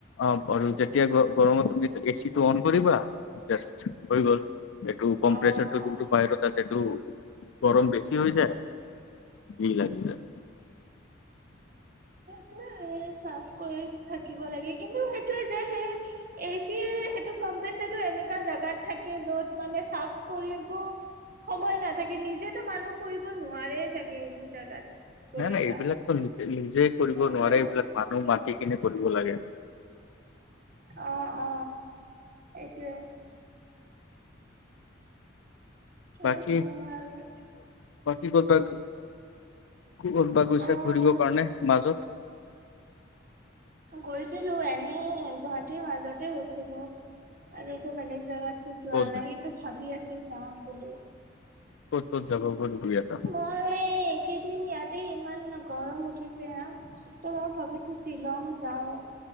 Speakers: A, on the left (about 80°); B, on the right (about 45°).
A: অ আৰু যেতিয়া গৰমত তুমি এ চি টো অন কৰিবা জাষ্ট হৈ গ'ল। এইটো কম্প্ৰেচৰ
B: অ',
A: টো যিটো বাহিৰত তাতেটো গৰম বেছি হৈ যায়। ভিৰ লাগি যায়।
B: সেইটোয়ে চাফ কৰি থাকিব লাগে। কিন্তু সেইটোয়ে যে সেই এ চিৰ সেইটো কম্পচাৰটো এনেকুৱা জাগাত থাকে, যত মানে চাফ কৰিব সময় নাথাকে। নিজেতো মানুহ কৰিব নোৱাৰে চাগে এইবোৰ জাগাত কৰি
A: নাই নাই
B: চাফ
A: এইবিলাকতো নিজে নিজে কৰিব
B: সেইটোয়ে
A: নোৱাৰে। এইবিলাক মানুহ মাতি কিনে কৰিব লাগে।
B: অ অ। এইটোয়ে। <unintelligible>
A: বাকী বাকী কৰ'বা, কৰবা গৈছে
B: অ',
A: ঘৰিবৰ কাৰণে মাজত
B: গৈছিলো এনেই গুৱাহাটীৰ মাজতে গৈছিলো আৰু এইটো বেলেগ জেগাত যোৱা
A: ক'ত
B: নাই। কিন্তু ভাবি আছো চাম বুলি।
A: ক'ত কত যাব <unintelligible>
B: আৰু এই এইকেইদিন ইয়াতে ইমান গৰম উঠিছে। আহ ত মই ভাবিছো শ্বিলং যাওঁ।